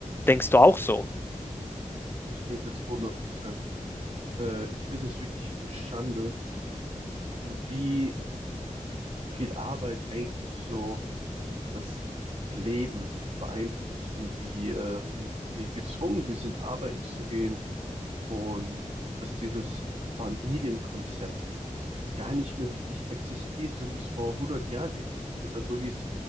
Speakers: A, on the left; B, on the right.
A: Denkst du auch so?
B: Ich denke das hundert Prozent. Äh, ich finde das wirklich eine Schande, wie viel Arbeit eigentlich so das Leben beeinflusst und wie, ähm, wie gezwungen wir sind, arbeiten zu gehen und dass dieses Familienkonzept gar nicht mehr wirklich existiert, so wie es vor hundert Jahren existiert hat, so wie es